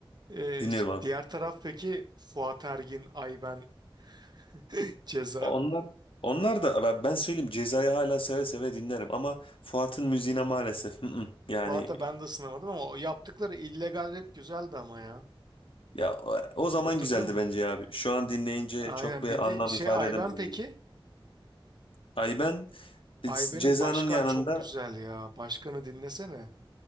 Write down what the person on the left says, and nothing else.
dinliyorum abi.
Onlar onlar da ben ben söyleyeyim Ceza'yı hala seve seve dinlerim ama Fuat'ın müziğine maalesef mm, mm. yani
Ya o o zaman
güzeldi
bence ya abi. Şu an dinleyince
çok bir
anlam
ifade
edemedim
onu. Ayben
e,
Ceza'nın
yanında